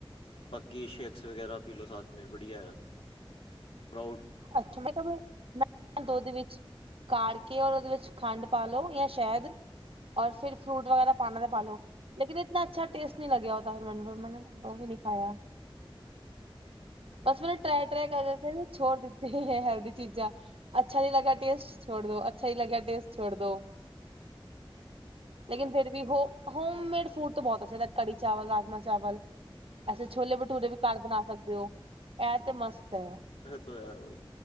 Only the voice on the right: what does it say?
ਅੱਛਾ। ਮੈਂ ਕਿਹਾ, ਮੈਂ ਦੁੱਧ ਦੇ ਵਿੱਚ ਕਾੜ ਕੇ ਔਰ ਉਹਦੇ ਵਿੱਚ ਖੰਡ ਪਾ ਲਓ ਜਾਂ ਸ਼ਹਿਦ, ਔਰ ਫਿਰ ਫਰੂਟ ਵਗੈਰਾ ਪਾਣਾ ਤੇ ਪਾ ਲੋਓ। ਲੇਕਿਨ ਇਤਨਾ ਅੱਛਾ ਟੇਸਟ ਨਹੀਂ ਲਗਿਆ। ਹੋਦਾ ਫਿਰ ਮਨ ਮੈਂ ਉਹ ਵੀ ਨਹੀਂ ਖਾਇਆ। ਬਸ ਮਾਨੂੰ ਟਰਾਏ- ਟਰਾਈ ਕਰਕੇ ਛੋੜ ਦਿੱਤੀ ਹੈਲਦੀ ਚੀਜ਼ਾਂ ਅੱਛਾ ਨਹੀਂ ਲੱਗਾ ਟੇਸਟ ਛੋੜ ਦੋ। ਅੱਛਾ ਨਹੀਂ ਲਗਾ ਟੇਸਟ ਛੋੜ ਦੋ। ਲੇਕਿਨ ਫਿਰ ਵੀ ਹੋ ਹੋਮ ਮੇਡ ਫੂਡ ਤਾਂ ਬਹੁਤ ਚਾਹੀਦਾ ਕੜੀ- ਚਾਵਲ, ਰਾਜਮਾ- ਚਾਵਲ। ਅਸੀਂ ਛੋਲੇ -ਭਟੂਰੇ ਵੀ ਘਰ ਬਣਾ ਸਕਦੇ ਹੋ। ਇਹ ਤੇ ਮਸਤ ਹੈ।